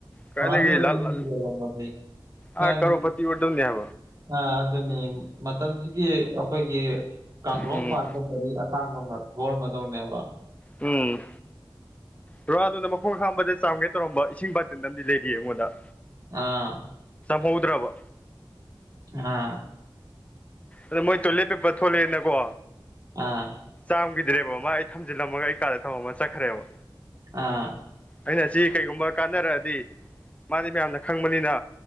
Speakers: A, on the left; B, on the right.
A: ꯀꯥꯏꯗ
B: ꯔꯣꯅꯥꯜꯗꯣꯒꯤ
A: ꯂ
B: ꯃꯤꯕꯨ
A: ꯂ
B: ꯌꯣꯜꯂꯝꯃꯗꯤ ꯅꯪ
A: ꯑꯥ ꯈꯔꯣ ꯄꯇ ꯋꯥꯗ ꯅ
B: ꯑ ꯑꯗꯨꯅꯤ ꯃꯇꯝꯁꯤꯒꯤ ꯑꯩꯈꯣꯏ ꯀꯥꯡꯈ꯭ꯔꯣꯡ
A: ꯎꯝ
B: ꯄꯥꯟꯕ ꯒꯥꯔꯤ ꯑꯇꯥꯡꯕ ꯑꯃ ꯍꯣꯟꯕꯗꯧꯅꯦꯕ
A: ꯎꯝ ꯔꯣꯅꯥꯜꯗꯣꯅ ꯃꯈꯣꯡ ꯍꯥꯝꯕꯗ ꯆꯥꯝꯒꯦ ꯇꯧꯔꯝꯕ ꯏꯁꯤꯡ ꯕꯥꯇꯟ ꯑꯃꯗꯤ ꯂꯩꯔꯤꯌꯦ ꯑꯩꯉꯣꯟꯗ
B: ꯑꯥ
A: ꯍꯧꯗ꯭ꯔꯕ
B: ꯑꯥ
A: ꯑꯗ ꯃꯣꯏ ꯇꯣ ꯂꯦꯞꯄꯦꯄ ꯊꯣꯛꯂꯛꯑꯦꯅꯀꯣ
B: ꯑꯥ
A: ꯌꯥꯝꯝꯈꯤꯗ꯭ꯔꯦꯕ ꯃꯥ ꯑꯩ ꯊꯝꯖꯤꯜꯂꯝꯃꯒ ꯑꯩ ꯀꯥꯗ ꯊꯝꯃ ꯆꯠꯈ꯭ꯔꯦꯕ
B: ꯑꯥ
A: ꯑꯩꯅ ꯁꯤ ꯀꯩꯒꯨꯝꯕ ꯀꯥꯟꯅꯔꯛꯑꯗꯤ ꯃꯥꯗꯤ ꯃꯌꯥꯝꯅ ꯈꯪꯕꯅꯤꯅ